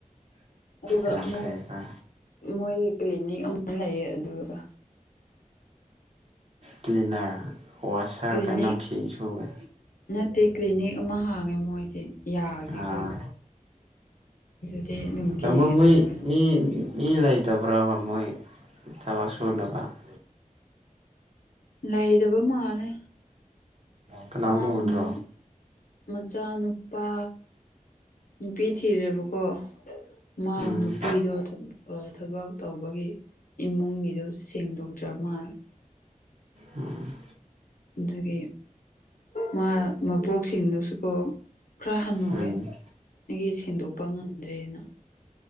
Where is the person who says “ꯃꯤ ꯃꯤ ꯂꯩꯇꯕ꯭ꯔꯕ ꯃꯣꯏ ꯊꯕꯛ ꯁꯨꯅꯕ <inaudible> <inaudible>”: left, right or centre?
Right